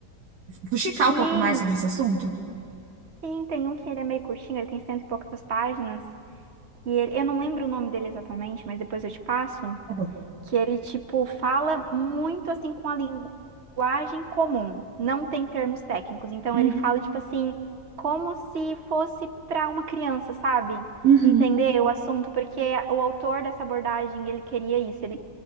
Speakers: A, on the right; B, on the right.
A: fuxicar
B: Sim,
A: um pouco mais sobre esse assunto.
B: sim, tem um que ele é meio curtinho, ele tem cento e poucas páginas. E ele, eu não lembro o nome dele exatamente, mas depois eu te passo.
A: Tá bom.
B: que ele, tipo, fala muito assim com a linguagem comum, não tem termos técnicos. Então
A: Uhum,
B: ele fala, tipo assim, como se fosse para uma criança, sabe?
A: uhum,
B: Entender o assunto, porque o autor dessa abordagem, ele queria isso, ele